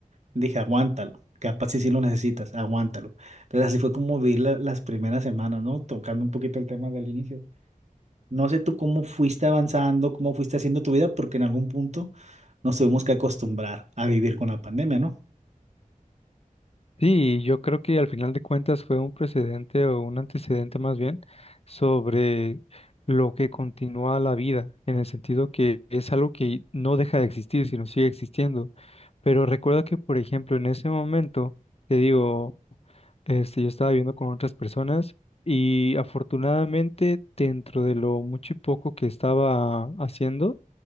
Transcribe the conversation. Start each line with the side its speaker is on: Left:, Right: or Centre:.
Right: dije, aguántalo, capaz si sí lo necesitas, aguántalo. Entonces así fue como vi la- las primeras semanas, ¿no? Tocando un poquito el tema del inicio. No sé tú cómo fuiste avanzando, cómo fuiste haciendo tu vida, porque en algún punto nos tuvimos que acostumbrar a vivir con la pandemia, ¿no?
Left: Sí, yo creo que al final de cuentas fue un precedente o un antecedente más bien sobre lo que continúa la vida, en el sentido que es algo que no deja de existir, sino sigue existiendo. Pero recuerda que, por ejemplo, en ese momento, te digo, este, yo estaba viviendo con otras personas y afortunadamente dentro de lo mucho y poco que estaba haciendo,